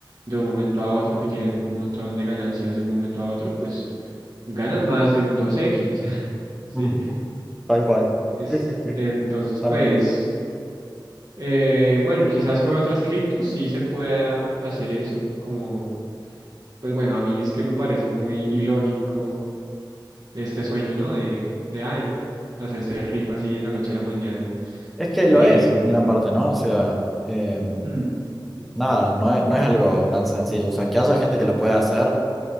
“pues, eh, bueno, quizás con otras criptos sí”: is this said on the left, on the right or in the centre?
Right